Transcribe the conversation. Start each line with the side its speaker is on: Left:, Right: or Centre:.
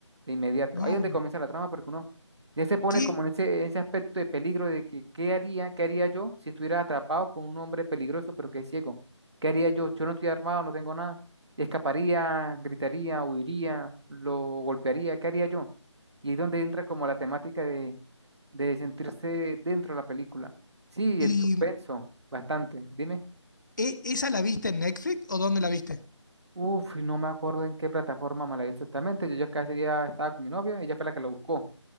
Right: de inmediato.
Left: No.
Right: Ahí es donde comienza la trama porque uno ya se pone
Left: ¿Qué?
Right: como en ese, en ese aspecto de peligro de que qué haría, qué haría yo si estuviera atrapado con un hombre peligroso pero que es ciego. ¿Qué haría yo? Yo no estoy armado, no tengo nada. Escaparía, gritaría, huiría, lo golpearía, ¿qué haría yo? Y es donde entra como la temática de de sentirse dentro de la película. Sí,
Left: ¿Y
Right: el suspenso, bastante. Dime.
Left: e- esa la viste en Netflix o dónde la viste?
Right: Uf, no me acuerdo en qué plataforma me la vi exactamente. Yo ya casi ya estaba con mi novia, ella fue la que lo buscó.